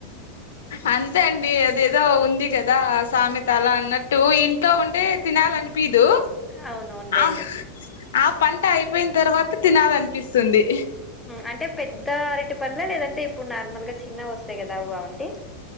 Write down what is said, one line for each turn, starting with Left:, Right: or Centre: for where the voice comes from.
Left: అంతే అండి అదేదో ఉంది కదా సామెత అలా అన్నట్టు ఇంట్లో ఉంటే తినాలని పిదు
Centre: అవునవునులేండి
Left: ఆ ఆ పంట అయిపోయి తర్వాత తినాలనిపిస్తుంది
Centre: అంటే పెద్ద అరిటి పండ్ల లేదంటే ఇప్పుడు నార్మల్ గా చిన్నవి వస్తాయి కదా అవ్వ అండి